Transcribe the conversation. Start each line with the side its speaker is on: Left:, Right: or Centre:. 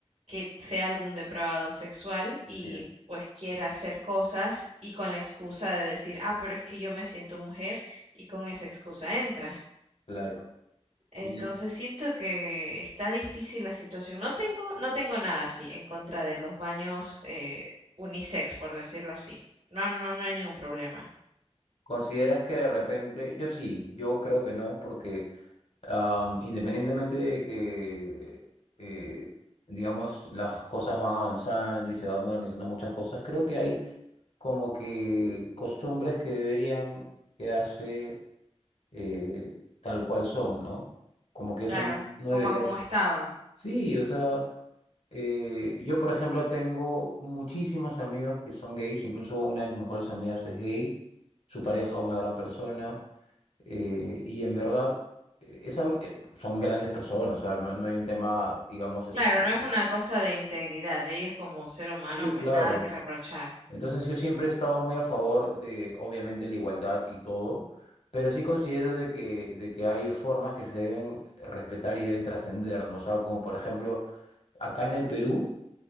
Right: que sea algún depravado sexual y
Left: Así es.
Right: pues quiera hacer cosas y con la excusa de decir, ah, pero es que yo me siento mujer y con esa excusa entra.
Left: Claro.
Right: Entonces
Left: Y es-
Right: siento que está difícil la situación. No tengo, no tengo nada así en contra de los baños eh, unisex, por decirlo así. No, no, no hay ningún problema.
Left: ¿Consideras que de repente, yo sí, yo creo que no, porque am, independientemente de que, eh, digamos, las cosas van avanzando y se van modernizando muchas cosas, creo que hay como que costumbres que deberían quedarse eh, tal cual son, ¿no? Como que
Right: Claro,
Left: eso no, no debería
Right: como a como estaba.
Left: Sí, o sea, eh, yo por ejemplo tengo muchísimos amigos que son gays, incluso una de mis mejores amigas es gay, su pareja una gran persona, eh, y en verdad eh, es algo, eh, son grandes personas, o sea, no, no hay un tema, digamos, este,
Right: Claro, no es una cosa de integridad de ellos como ser humano,
Left: sí,
Right: pues
Left: claro.
Right: nada que reprochar.
Left: Entonces yo siempre he estado muy a favor de, obviamente, la igualdad y todo, pero sí considero de que, de que hay formas que se deben respetar y deben trascender, ¿no? O sea, como por ejemplo... Acá en el Perú,